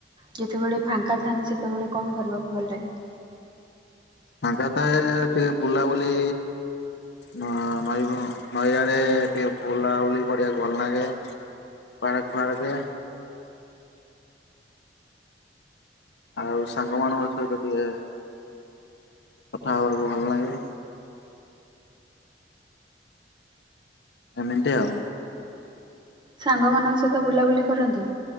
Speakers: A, on the right; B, on the left.
A: ଯେତେବେଳେ ଫାଙ୍କା ଥାନ୍ତି ସେତେବେଳେ କଣ କରିବାକୁ ଭଲ ଲାଗେ?
B: ଫାଙ୍କା ଥାଏ ଟିକେ ବୁଲାବୁଲି ନ ନଈ ନଈଆଡେ ଟିକେ ବୁଲାବୁଲି କରିବାକୁ ଭଲ ଲାଗେ। ପାର୍କ ଫାର୍କେ ଆଉ ସାଙ୍ଗମାନାନଙ୍କ ସହିତ ଟିକେ କଥା ହବାକୁ ଭଲ ଲାଗେ। ଏମିତି ଆଉ।
A: ସାଙ୍ଗମାନଙ୍କ ସହିତ ବୁଲାବୁଲି କରନ୍ତି?